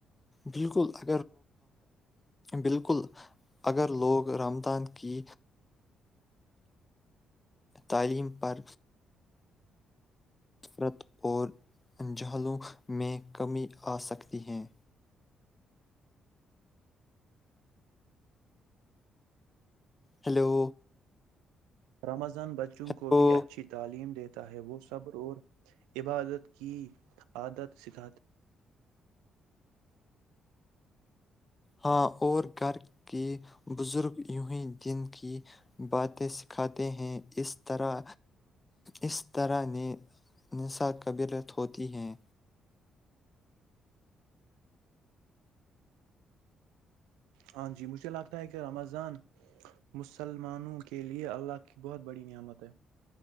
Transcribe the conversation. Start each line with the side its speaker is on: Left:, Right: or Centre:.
Left: بالکل ا بالکل اگر لوگ رمضان کی تعلیم پر نفرت اور انجہلوں میں کمی آ سکتی ہے ہیلو
Right: رمض بچوں
Left: ہیلو
Right: کو بھی اچھی تعلیم دیتے ہے وہ صبر اور عبادت کی عادت سکھاتے
Left: ہاں اور گھر کے بزرگ یوں ہی دن کی باتیں سکھاتے ہیں اس طرح اس طرح نصقبرت ہوتی ہیں
Right: ہاں جی مجھے لگتا ہے کہ رمضان مسلمانوں کے لیے اللہ کی بہت بڑی نعمت ہے